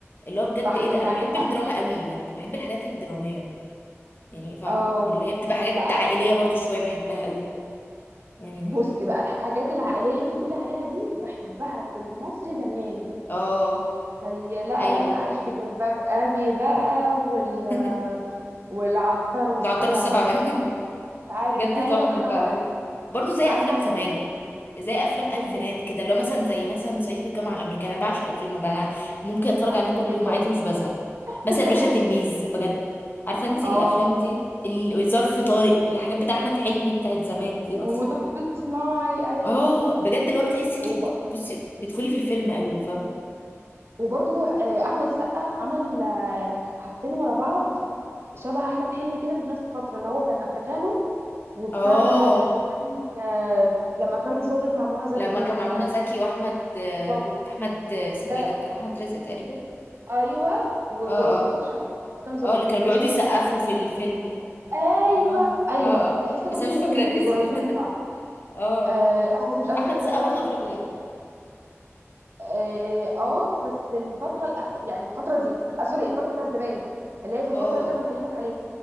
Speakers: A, on the left; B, on the right.
A: اللي هو بجد
B: صح
A: ايه ده
B: انت
A: انا
B: عندك
A: بحب
B: حق
A: الدراما قوي بجد بحب الحاجات الدراميه يعني فاهمه
B: اه
A: اللي هي بتبقى حاجات
B: لا
A: عائليه
B: أنا-
A: برضو شويه بحبها قوي يعني
B: بصي بقى الحاجات العائليه اللي انت بتقولي عليها دي بحبها في المصري زمان
A: اه
B: زي لا
A: ايوه
B: لن اعيش في جلباب ابي بقى وال...
A: <laughs>
B: والعطار والسبع
A: جعلتله السبع
B: بنات
A: بنات
B: مش عارف
A: جد
B: ايوه
A: تحفة
B: الله ينور
A: فعلا
B: عليك
A: برضو زي
B: انا
A: أفلام
B: احب
A: زمان
B: الدراما
A: زي أفلام
B: بالظبط
A: ألفينات كده لو مثلا زي مثلا صعيدي في الجامعة الأمريكية أنا بعشق الفيلم ده أنا ممكن أتفرج
B: انا
A: عليه
B: بحبه
A: كل يوم
B: جدا
A: عادي مش بزهق مثلا
B: <laughs>
A: الباشا تلميذ بجد عارفة أنت
B: اه
A: الأفلام دي ال- ظرف طارق الحاجات بتاع أحمد حلمي بتاعت زمان دي مثلا
B: ومطب صناعي ايوه
A: اه بجد اللي هو بتحسي أنت
B: وب...
A: بت- بصي بتدخلي في الفيلم قوي فاهم
B: وبرضو آه، احمد السقا عمل آه، حاجتين ورا بعض شبه احمد حلمي كده في نفس الفتره اللي هو كان افريكانو وبتاع
A: اه
B: آه، لما كان آه، لما كان ظابط مع منى زكي
A: لما
B: كان
A: كان مع منى
B: آه،
A: زكي وأحمد آه،
B: ظابط
A: أحمد آه، اسمه
B: لا
A: إيه
B: لا
A: ده كان أحمد رزق تقريبا
B: ايوه و-
A: اه
B: ومصطفى
A: اه
B: شعبان ما كان ظابط
A: اه اللي كانوا
B: كان
A: بيقعدوا
B: اسمه
A: يسقفوا
B: ايه
A: في الفيلم
B: ايوه
A: اه
B: ايوه
A: اه آه.
B: تحس برضه
A: بس انا
B: ان
A: مش
B: الفيلمين
A: فاكره الاسم
B: قريبين
A: <laughs>
B: من بعض
A: اه
B: آه انا برضه مش قادره
A: احمد
B: افتكره
A: السقا
B: خالص
A: برضو افلامه
B: بس
A: حلوه
B: اه آه، بس الفتره الاخيره يعني الفتره دي آه سوري الفتره بتاعت زمان اللي هي في
A: اه
B: الفتره اللي انا بكلمك عليها